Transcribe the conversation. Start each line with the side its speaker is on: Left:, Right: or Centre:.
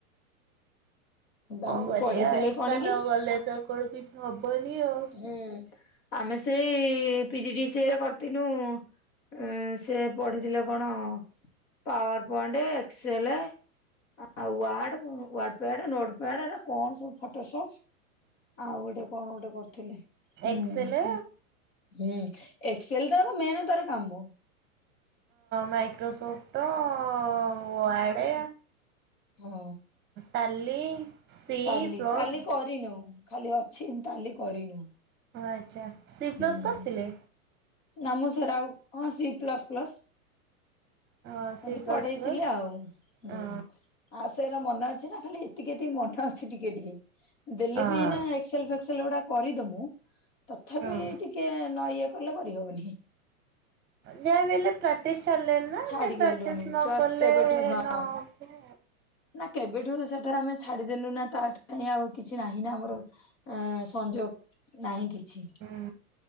Right: କଣ
Left: ଆମକୁ
Right: କରିବା
Left: ପଢେଇଥିଲେ
Right: ଏକା
Left: କଣ
Right: ନ
Left: କି
Right: ଗଲେ ତ କଆଡୁ କିଛି ହବନି ଆଉ।
Left: ହୁଁ ଆମେ ସେଇ ପିଜିଡିସି ଏ ରେ କରିତିନୁ ଉ ସେ ପଢିଥିଲେ କଣ ପାୱାର ପଏଣ୍ଟ ଏକ୍ସେଲ ଆଉ ୱାର୍ଡ ୱାର୍ଡପ୍ୟାଡ ନୋଟପ୍ୟାଡ ଏଗୁରା କଣ ସବୁ ଫଟୋସୋପ ଆଉଗୋଟେ କଣ ଥିଲେ ହୁଁ।
Right: ଏକ୍ସେଲେ
Left: ହୁଁ ଏକ୍ସେଲ ତା ଆଗ ମେନ୍ ତାର କାମ।
Right: ମାଇକ୍ରୋସୋଫ୍ଟ ଓ ଆଡେ
Left: ହୁଁ।
Right: Tally C
Left: Tally
Right: plus
Left: Tally କରିନୁ ଖାଲି ଅଛି ତାଲି କରିନୁ।
Right: ଆଚ୍ଛା। ସି ପ୍ଲସ୍
Left: ହୁଁ,
Right: କରିଥିଲେ?
Left: ନା ମୁଁ ଶେଗୁରା ଆଉ ହଁ, ସି ପ୍ଲସ, ପ୍ଲସ।
Right: ହଁ ସି
Left: ଏମିତି
Right: ପ୍ଲସ୍
Left: ପଢେଇଥିଲେ
Right: ପ୍ଲସ୍
Left: ଆଉ ହୁଁ।
Right: ଅଁ
Left: ଆଉ ସେଗୁରା ମନେ ଅଛି ନା ଖାଲି ଏତିକି, ଏତିକି ମନ ଅଛି ଟିକେ, ଟିକେ। ଦେଲେ
Right: ଅଁ
Left: ବି ଏଇନା ଏକ୍ସେଲ, ଫେକ୍ସେଲ ଗୁଡା କରିଦବୁ ତଥାପି
Right: ହଁ।
Left: ଟିକେ ନ ଇଏ କଲେ କରି ହବନି।
Right: ଯାହା ବି ହେଲେ ପ୍ରାକ୍ଟିସ୍ ଛାଡିଲେଣି
Left: ଛାଡିଗଲୁଣି
Right: ନା ପ୍ରାକ୍ଟିସ୍ନ
Left: ଟଚ୍
Right: କଲେ
Left: କେବେଠୁ ହଁ
Right: ନ ହବ।
Left: ନା କେବେ ଠୁ ସେଠାରେ ଆମେ ଛାଡିଦେଲୁ ନା ପାଠ ନାହିଁ ଆଉ କିଛି ନାହିଁ ନା ଆମର। ଆ ସଂଯୋଗ ନାହିଁ କିଛି
Right: ହୁଁ